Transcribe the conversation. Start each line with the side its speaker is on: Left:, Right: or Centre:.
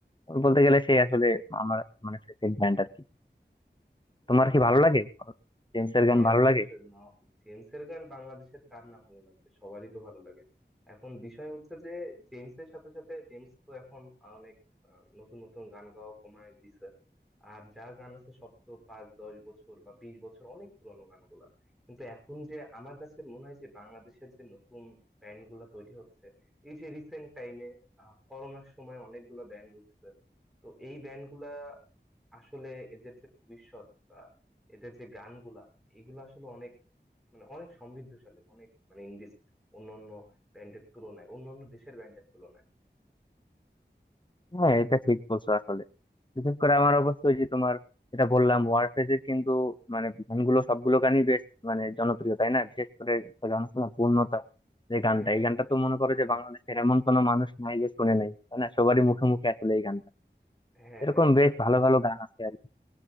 Left: বলতে গেলে সে আসলে আমার মানে ফেভারিট ব্যান্ড আর কি তোমার
Centre: ও আচ্ছা
Left: কি ভালো লাগে জেমস
Centre: হ্যাঁ
Left: এর গান ভালো
Centre: অবশ্যই
Left: লাগে
Centre: ন- জেমসের গান বাংলাদেশের কার না ভালো লাগবে সবারই তো ভালো লাগে এখন বিষয় হচ্ছে যে জেমসের সাথে সাথে জেমস তো এখন অনেক আহ, নতুন নতুন গান গাওয়া কমায় দিছে আর যা গান আছে সব তো পাঁচ দশ বছর বা বিশ বছর অনেক পুরোনো গানগুলা কিন্তু এখন যে আমার কাছে মনে হয় যে বাংলাদেশের যে নতুন ব্যান্ড গুলা তৈরি হচ্ছে এই যে রিসেন্ট টাইমে করোনার সময় অনেকগুলো ব্যান্ড উঠছে তো এই ব্যান্ড গুলা আসলে এদের যে ভবিষ্যৎ বা এদের যে গানগুলা এগুলো আসলে অনেক মানে অনেক সমৃদ্ধশালী অনেক মানে ইন্ডিজ অন্যান্য ব্যান্ডের তুলনায় অন্যান্য দেশের ব্যান্ডের তুলনায়
Left: হ্যাঁ এটা ঠিক বলছো আসলে বিশেষ করে আমার অবশ্যই যে তোমার এটা বললাম ওয়ারফেজ এর কিন্তু মানে গানগুলো সবগুলো গানই বেশ মানে জনপ্রিয় তাই না বিশেষ করে একটা গান আছে না পূর্ণতা যে গানটা
Centre: হ্যাঁ
Left: এই গানটা
Centre: হ্যাঁ
Left: তো মনে করো
Centre: হ্যাঁ
Left: যে বাংলাদেশের এমন কোনো মানুষ নাই যে শুনে নাই তাই না সবারই মুখে মুখে আসলে এই গান
Centre: হ্যাঁ
Left: এরকম
Centre: হ্যাঁ এটা
Left: বেশ
Centre: তো
Left: ভালো ভালো গান আছে আর কি।